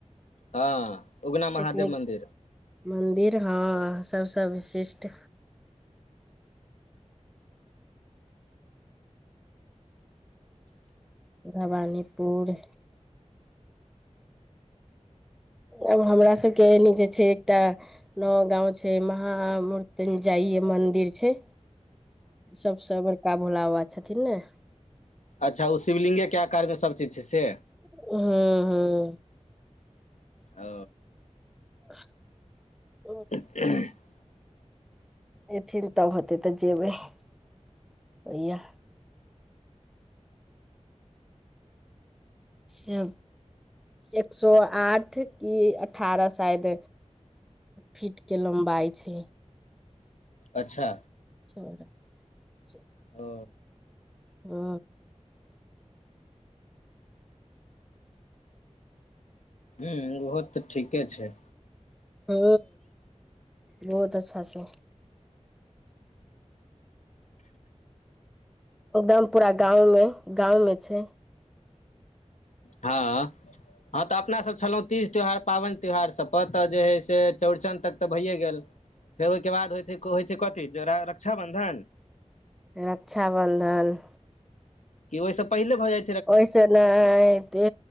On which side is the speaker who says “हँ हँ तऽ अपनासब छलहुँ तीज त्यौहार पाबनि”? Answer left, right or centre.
Left